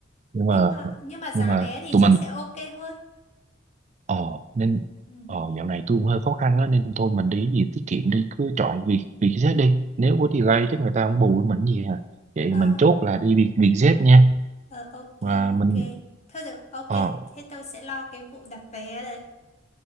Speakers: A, on the right (about 35°); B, on the left (about 35°).
A: nhưng
B: nhưng
A: mà
B: mà nhưng mà giá
A: nhưng mà
B: vé thì
A: tụi
B: chắc
A: mình
B: sẽ ok hơn.
A: ờ nên
B: Ừm.
A: ờ dạo này tôi cũng hơi khó khăn á nên thôi mình đi cái gì tiết kiệm đi cứ chọn Việt Vietjet đi nếu có delay chắc người ta không bù với mình gì à vậy
B: Ờ,
A: thì mình chốt là đi Việt Vietjet nha
B: ờ, ok
A: và mình
B: ok. Thôi được, ok.
A: ờ
B: Thế tôi sẽ lo cái vụ đặt vé đấy.